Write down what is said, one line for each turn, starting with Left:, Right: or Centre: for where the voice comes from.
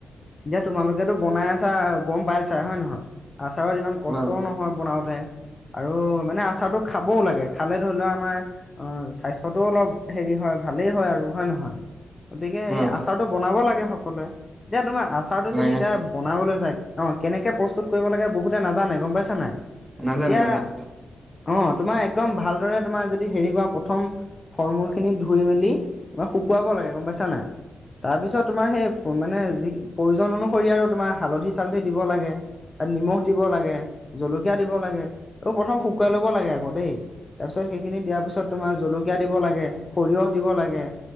Left: এতিয়া তোমালোকেতো বনাই আছা গম পাইছা হয় নহয়। আচাৰত ইমান কষ্টও
Centre: হয়
Left: নহয় বনাওতে। আৰু মানে আচাৰটো খাবও লাগে খালে ধৰি লোৱা আমাৰ অ স্বাস্থ্য, অলপ হে হয় ভালেই হয় আৰু হয় নহয় গতিকে
Centre: হয়
Left: এই আ, আচাৰটো বনাব লাগে সকলোৱে এতিয়া তোমাৰ আচাৰ টো
Centre: নালাগে
Left: যদি এতিয়া। বনাবলৈ চাই অ কেনেকে প্ৰস্তুত কৰিব লাগে বহুতে নাজানে গম পাইছা নাই
Centre: নাজানো
Left: এতিয়া,
Centre: নাজানো।
Left: অ তোমাৰ একদম ভালদৰে তোমাৰ যদি হেৰি কোৱা প্ৰথম, ফল মূল খিনি ধুই মেলি তোমাক শুকুৱাব লাগে গম পাইছা নাই। তাৰপিছত তোমাৰ সেই মানে যি প্ৰয়োজন অনুসৰি আৰু তোমাৰ হালধি চালধি দিব লাগে। তাত নিমখ দিব লাগে জলকীয়া দিব লাগে এইবোৰ প্ৰথম শুকুৱাই ল'ব লাগে আকৌ দেই। তাৰপিছত সেইখিনি দিয়াৰ পিছত তোমাৰ জলকীয়া দিব লাগে সৰিয়হ দিব লাগে।